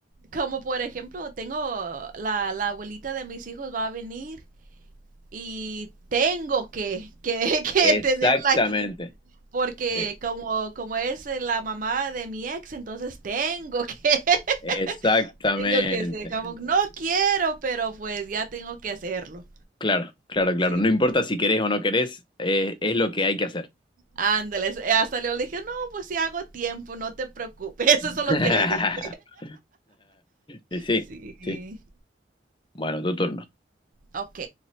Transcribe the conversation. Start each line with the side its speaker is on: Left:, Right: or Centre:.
Right: como por ejemplo, tengo la, la abuelita de mis hijos va a venir y tengo que, que, <laughs> que
Left: Exactamente,
Right: tenerla aquí. Porque
Left: sí,
Right: como, como es eh, la mamá de mi ex, entonces tengo que, <laughs>
Left: exactamente.
Right: tengo que ser, como, no quiero, pero pues ya tengo que hacerlo.
Left: Claro, claro, claro.
Right: Sí.
Left: No importa si querés o no querés, eh, es lo que hay que hacer.
Right: Ándale, hasta le dije, no, pues si hago tiempo, no te preocupes, <laughs>
Left: <laughs>
Right: eso es lo que le dije.
Left: Y sí,
Right: Sí.
Left: sí. Bueno, tu turno.
Right: Ok,